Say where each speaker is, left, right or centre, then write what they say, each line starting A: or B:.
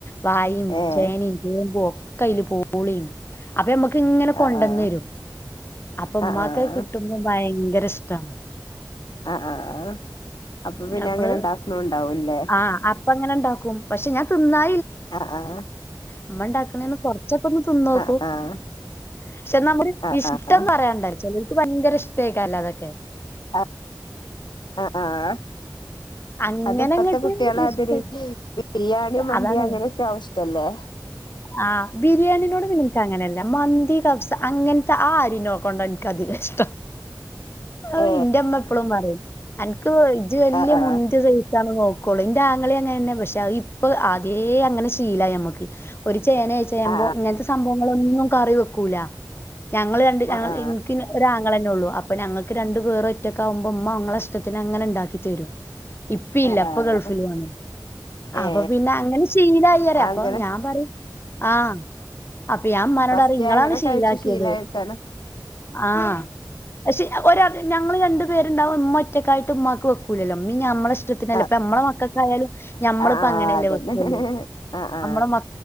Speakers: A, on the left; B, on the left.
A: വായും
B: ഏഹ്
A: ചേനയും ചേമ്പോ കയ്ൽ പൂളിം അപ്പൊ നമ്മുക്ക് ഇങ്ങനെ കൊണ്ടന്നരും
B: ആഹ് ആഹ്
A: അപ്പ ഉമ്മാക്ക്
B: ആഹ് ആഹ്
A: ഭയങ്കര ഇഷ്ടാണ്
B: ആ ആഹ അപ്പൊ പിന്നെ
A: നമ്മള്
B: അങ്ങനെ ഉണ്ടാക്കണണ്ടാവൂല്ലേ
A: ആഹ് അപ്പ അങ്ങനെ ഉണ്ടാക്കും പക്ഷെ ഞാ തിന്നാ
B: അ ആഹ
A: നമ്മ ഉണ്ടാക്കണേന്ന് കൊറച്ചൊക്കെ ഒന്ന് തിന്നോക്കൂ
B: ആഹ് ആഹ്
A: പക്ഷെ നമ്മുടെ
B: ആഹ്
A: ഇഷ്ടം
B: ആഹ് ആഹ്
A: പറയണ്ടെ ചിലർക്ക് ഭയങ്കര ഇഷ്ടക്കല്ലോ അതൊക്കെ
B: അ ആഹ
A: അങ്ങനെ
B: അത് ഇപ്പത്തെ
A: അങ്ങട്ട്
B: കുട്ടികള
A: ഇഷ്ട
B: അതിരി ബിരിയാണി മന്തി
A: അതാണ്
B: അങ്ങനെയൊക്കെ ആവശ്യ ലെ
A: ആ ബിരിയാണിനോട് നിനക്ക് അങ്ങനെയല്ല മന്തി കഫ് അങ്ങനത്തെ ആ ആര് നോക്കണ്ട എനിക്ക്തി ഇഷ്ടം ആ
B: ഏ
A: ഇന്റെമ്മ എപ്പളും പറയും അൻക്ക് ഇജ വല്യയ
B: ആ ആ
A: മുന്ത്യ നോക്കുള്ളൂ ഇന്റെ ആങ്ങളി അങ്ങനെന്നെ പക്ഷെ ഇപ്പൊ അതേ അങ്ങനെ ശീലയി മ്മക്ക് ചെയേനേ ചെയ്യുമ്പോ
B: ആ
A: ഇങ്ങനത്തെ സംഭവങ്ങള ഒന്നും കറി വെക്കൂല ഞങ്ങൾ രണ്ട് ഞങ്ങൾ
B: ആ ആ
A: ഇൻക്ക് ഒരാ ങ്ങളെന്നെ ഉള്ളൂ അപ്പൊ ഞങ്ങൾക്ക് രണ്ടു പേർ ഒറ്റക്ക ആകുമ്പോ ഉമ്മങ്ങളെ ഇഷ്ടത്തിന് അങ്ങനെണ്ടാക്കി തരും ഇപ്പ ഇല്ല
B: ആ ആ
A: ഇപ്പൊ ഗൾഫിൽ വാണ് അപ്പൊ
B: ഏ
A: പിന്നെ അങ്ങനെ ശീലയറേ
B: അങ്ങനെ
A: അപ്പൊ ഞാൻ പറയും ആ അപ്പൊ ഞാൻമ്മാനോട
B: ഫസ്റ്റ്
A: അറിം ഇങ്ങളാണ്
B: അങ്ങനെ
A: ശീലാക്കിയത്
B: കഴിച്ചു ശീലായിട്ടാണ്
A: ആ പക്ഷേ ഒരൊ ഞങ്ങള് രണ്ണ്ട് പേരുണ്ടാവുംഇമ്മ ഒറ്റക്കായിട്ട് ഉമ്മാക്ക് വെക്കൂലല്ലോ മ്മ ഞമ്മള ഇഷ്ടത്തിനല്ല
B: ആ
A: ഇപ്പ നമ്മടെ മക്കൾക്കായാലും ഞമ്മളിപ്പ
B: ആ ആ,
A: അങ്ങനെല്ലേ
B: അതന്നെ
A: വെക്കുള്ളൂ
B: ആ ആ
A: നമ്മ മ